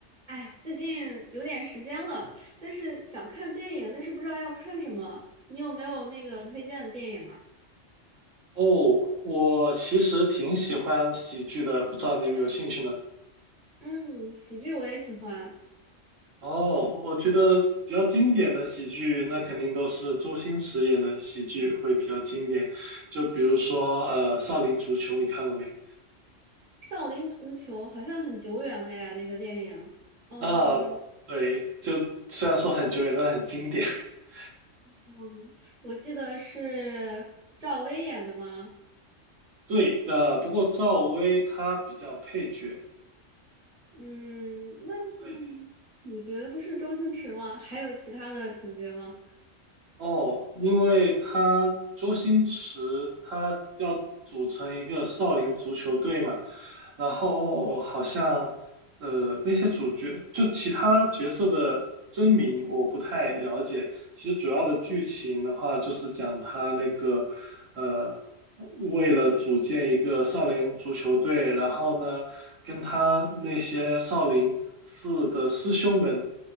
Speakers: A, on the right; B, on the right.
A: 哎呀，最近有点时间了，但是想看电影，但是不知道要看什么。你有没有那个推荐的电影啊？
B: 哦，我其实挺喜欢喜剧的，不知道你有没有兴趣呢？
A: 嗯，喜剧我也喜欢，
B: 哦，我觉得比较经典的喜剧，那肯定都是周星驰演的喜剧会比较经典。就比如说，呃，《少林足球》，你看过没？
A: 《少林足球》好像很久远了呀，那个电影。嗯
B: 啊，对，就虽然说很久远，但很经典。<laughs>
A: 嗯，我记得是赵薇演的吗？
B: 对，呃，不过赵薇她比较配角。
A: 嗯，那
B: 对。
A: 主角不是周星驰吗？还有其他的主角吗？
B: 哦，因为他周星驰他要组成一个少林足球队嘛，然后好像呃那些主角就其他角色的真名我不太了解，其实主要的剧情的话就是讲他那个呃为了组建一个少林足球队，然后呢跟他那些少林寺的师兄们。